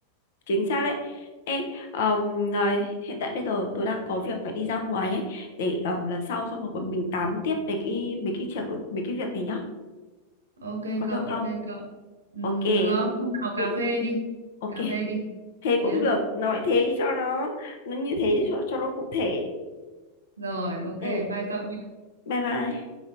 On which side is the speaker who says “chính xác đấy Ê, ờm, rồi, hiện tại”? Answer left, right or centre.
Left